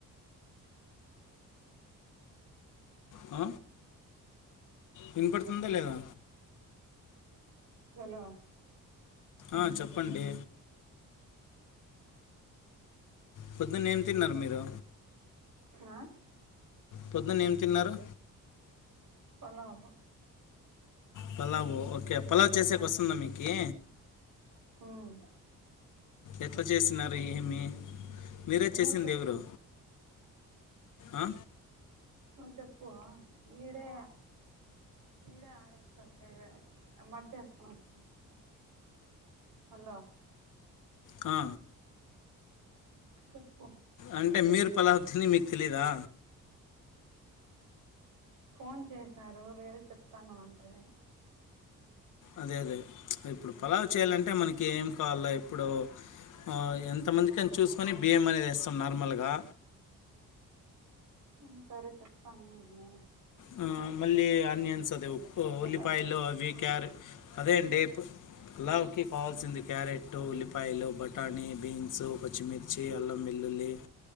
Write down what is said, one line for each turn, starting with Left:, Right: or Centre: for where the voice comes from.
Left: ఆ వినపడుతుందా లేదా
Right: హలో
Left: ఆ చెప్పండి పొద్దున్న ఏం తిన్నారు మీరు
Right: ఆ
Left: పొద్దున్న ఏం తిన్నారు
Right: పలావు
Left: పలావు ఓకే పలావ్ చేసేకి వస్తుందా మీకి
Right: ఉమ్
Left: ఎట్లా చేసినారు ఏమి మీరే చేసింది
Right: నువ్వు చెప్పు
Left: ఎవరు ఆ
Right: నువ్వు చెప్పు ఈడే ఈడే <unintelligible> హలో
Left: ఆ
Right: చెప్పు
Left: అంటే మీరు పలావ్ తిని మీకు తెలీయదా
Right: ఫోన్ చేసినారు వేరే చెప్తాను అంటే
Left: అదే అదే ప్చ్ ఇప్పుడు పలావు చేయాలంటే మనకి ఏం కావాల ఇప్పుడు ఆ ఎంతమందికని చూసుకొని బియ్యం అనేది వేస్సాం నార్మల్గా.
Right: ఉమ్ సరే చెతాను నేను
Left: ఆ, మళ్ళీ అన్ని అన్సదు ఓ
Right: హలో
Left: ఉల్లిపాయల్లో అవి క్యారె అదే అండి పులావుకి కావాల్సింది క్యారెట్, ఉల్లిపాయలు, బఠానీ, బీన్సు, పచ్చిమిర్చి, అల్లం వెల్లుల్లి,